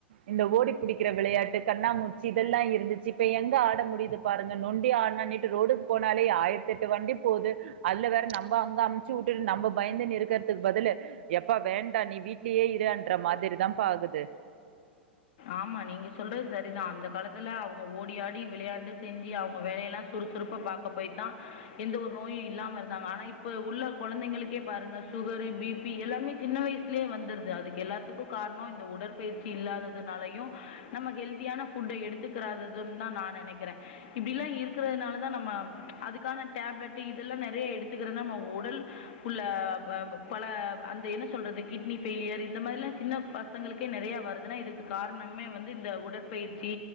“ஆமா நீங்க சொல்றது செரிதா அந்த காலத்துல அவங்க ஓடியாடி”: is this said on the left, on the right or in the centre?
Left